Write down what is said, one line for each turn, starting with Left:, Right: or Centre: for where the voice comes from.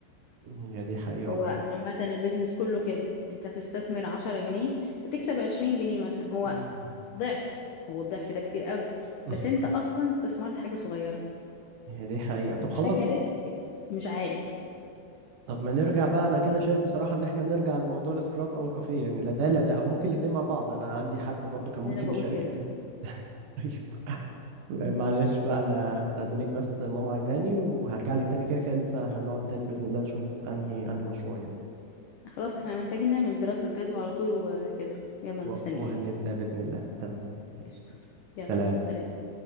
Right: هي دي حقيقة
Left: هو
Right: برضه
Left: عامة البيزنس كله كده انت تستثمر عشرة جنيه هتكسب عشرين جنيه مثلا هو
Right: مم.
Left: ضعف هو الضعف ده كتير قوي
Right: <laughs>
Left: بس انت اصلا استثمرت حاجة صغيرة
Right: هي دي حقيقة طب
Left: وحاجة
Right: خلاص
Left: ريسك مش عالي
Right: طب ما نرجع بقى انا كده شايف بصراحة ان احنا نرجع لموضوع السكراب او الكافيه يعني لا ده لا ده او ممكن الاتنين مع بعض انا عندي حد برضه كان ممكن
Left: انا بقول
Right: يشاركنا
Left: كده
Right: <laughs> طيب معلش بقى انا هستأذنك بس ماما عايزاني وهرجع لك تاني كده كده لسه هنقعد تاني بإذن الله نشوف انهي انهي مشروع يعني
Left: خلاص احنا محتاجين نعمل دراسة جدوى على طول وكده يلا انا
Right: و-
Left: مستنياك
Right: وهنبدأ بإذن الله تمام
Left: قشطة يلا
Right: سلام
Left: مع السلامة